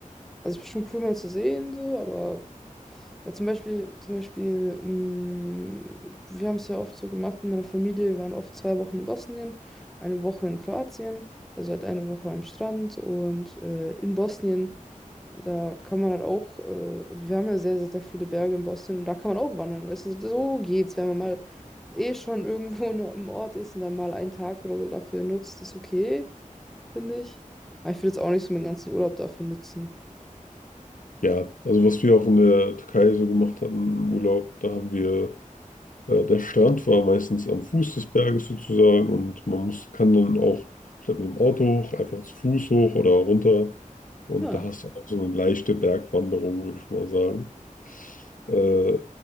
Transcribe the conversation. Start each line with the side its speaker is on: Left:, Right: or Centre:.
Centre: Also bestimmt cool mal zu sehen, so, aber ja, zum Beispiel, zum Beispiel, mm, wir haben es ja oft so gemacht in meiner Familie, wir waren oft zwei Wochen in Bosnien, eine Woche in Kroatien, also halt eine Woche am Strand und äh, in Bosnien, da kann man halt auch, äh, also wir haben ja sehr, sehr, sehr viele Berge in Bosnien und da kann man auch wandern, weißt du, so so geht's, wenn man mal eh schon irgendwo <laughs> nur im Ort ist und dann mal einen Tag oder so dafür nutzt, ist okay, finde ich. Aber ich will jetzt auch nicht so meinen ganzen Urlaub dafür nutzen.
Left: Ja, also was wir auch in der Türkei so gemacht hatten im Urlaub, da haben wir Äh, der Strand war meistens am Fuß des Berges sozusagen und man muss, kann dann auch statt mit dem Auto hoch, einfach zu Fuß hoch oder runter. Und
Centre: Ja.
Left: da hast du auch so eine leichte Bergwanderung, würde ich mal sagen. Äh,